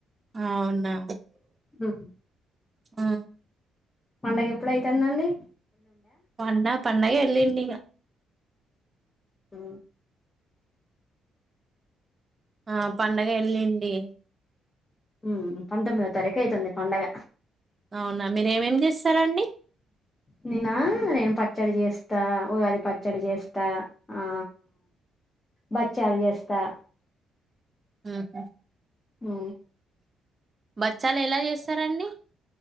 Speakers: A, on the right (about 30°); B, on the left (about 25°).
A: అవునా
B: ఉ
A: ఆ
B: పండగ ఎప్పుడైతందండి.
A: పన్న పన్నయ ఎల్లుండిగా
B: ఆ
A: ఆ పండగ ఎల్లుండి.
B: ఊ పంతొమ్మిదో తారీఖు అవుతుంది పండగ
A: అవునా మీరేమేమి చేస్తారండి.
B: నేనా నేను పచ్చడి చేస్తా ఉగాది పచ్చడి చేస్తా ఆ బచ్చాలు చేస్తా
A: ఊహు
B: హూ
A: బచ్చాలు ఎలా చేస్తారండి.